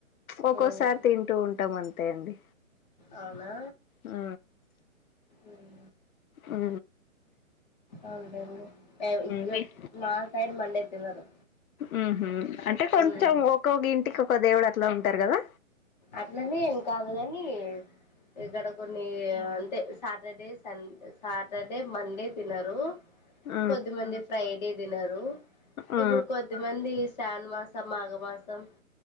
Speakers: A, on the left; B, on the left.
A: ఒక్కోసారి
B: ఉమ్,
A: తింటూ ఉంటాం అంతే అండి
B: అవునా
A: ఆ
B: ఉమ్
A: ఉ
B: అవున్లెండి
A: మీ
B: మా సైడ్ మండే తినరు
A: ఉహ్మ్ అంటే కొంచెం
B: ఉమ్,
A: ఒక్కొగింటికి ఒక దేవుడు అట్లా ఉంటారు కదా
B: అట్లనే ఏం కాదు గని ఇక్కడ కొన్ని అంటే సాటర్డేస్ సం సాటర్డే మండే తినరు
A: ఆ
B: కొద్దిమంది ఫ్రైడే తినరు
A: ఆ
B: ఇప్పుడు కొద్దిమంది శాను మాసం మాఘమాసం